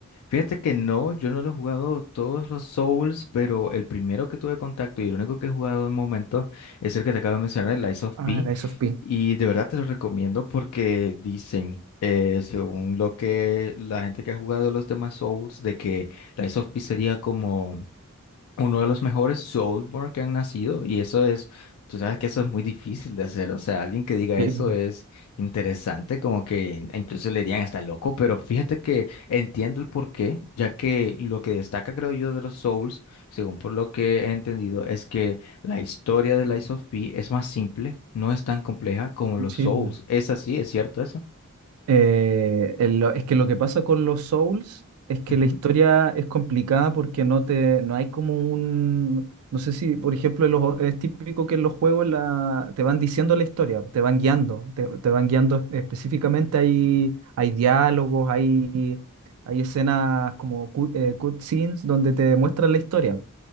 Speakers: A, on the left (about 75°); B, on the right (about 70°).
A: Fíjate que no, yo no lo he jugado todos los Souls, pero el primero que tuve contacto y el único que he jugado de momento es el que te acabo de mencionar, el Lies of
B: Ah,
A: P.
B: Lies of P.
A: Y de verdad te lo recomiendo porque dicen, eh, según lo que la gente que ha jugado los demás Souls, de que Lies of P sería como uno de los mejores Soulsborne que han nacido y eso es, tú sabes que eso es muy difícil de hacer, o sea, alguien que diga
B: Sí,
A: eso
B: po,
A: es interesante, como que incluso le dirían está loco, pero fíjate que entiendo el porqué, ya que lo que destaca creo yo de los Souls, según por lo que he entendido, es que la historia de Lies of P es más simple, no es tan compleja como los
B: sí,
A: Souls,
B: pues.
A: es así, es cierto eso.
B: Eh, el- lo- es que lo que pasa con los Souls es que
A: Ujú,
B: la historia es complicada porque no te, no hay como un, no sé si, por ejemplo, en los- es típico que en los juegos la, te van diciendo la historia, te van guiando, te, te van guiando específicamente, hay, hay diálogos, hay, hay escenas como cut, eh, cutscenes donde te muestran la historia.